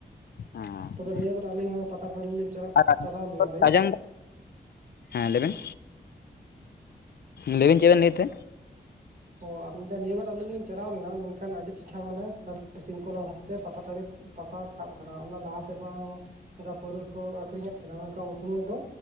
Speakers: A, on the left; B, on the right.
A: ᱦᱮᱸ
B: ᱛᱚᱵᱮ ᱱᱤᱭᱟᱹᱵᱟᱨ ᱟᱹᱞᱤᱧ ᱦᱚᱸ ᱯᱟᱛᱟ ᱴᱟᱰᱤᱞᱤᱧ
A: <unintelligible>
B: ᱪᱟᱞᱟᱜ ᱪᱟᱞᱟᱣ ᱞᱮᱱᱟᱞᱤᱧ
A: ᱟᱡᱚᱢ ᱦᱮᱸ ᱞᱟᱹᱭ ᱵᱮᱱ ᱞᱟᱹᱭ ᱵᱮᱱ ᱪᱮᱫ ᱵᱮᱱ ᱞᱟᱹᱭᱮᱛ ᱛᱮ
B: ᱚ ᱟᱫᱟ ᱱᱤᱭᱟᱹᱵᱟᱨ ᱟᱞᱤᱧ ᱞᱤᱧ ᱪᱟᱞᱟᱣ ᱞᱮᱱᱟ ᱢᱮᱱᱠᱷᱟᱱ ᱟᱹᱰᱤ ᱪᱮᱴᱴᱷᱟ ᱢᱟᱱᱮ ᱥᱟᱱᱛᱤ ᱥᱤᱝᱠᱷᱚᱞᱟ ᱵᱷᱟᱵᱛᱮ ᱯᱟᱛᱟ ᱴᱟᱹᱲᱤ ᱯᱟᱛᱟ ᱛᱟᱵ ᱟᱠᱟᱱᱟ ᱚᱱᱟ ᱞᱟᱦᱟ ᱥᱮᱨᱢᱟ ᱦᱚᱸ ᱚᱱᱠᱟ ᱯᱟᱹᱨᱣᱟᱹ ᱠᱚ ᱟᱹᱠᱷᱨᱤᱧ ᱮᱫ ᱛᱟᱦᱮᱱᱟ ᱢᱮᱱᱠᱷᱟᱱ ᱩᱱ ᱥᱚᱢᱚᱭ ᱫᱚ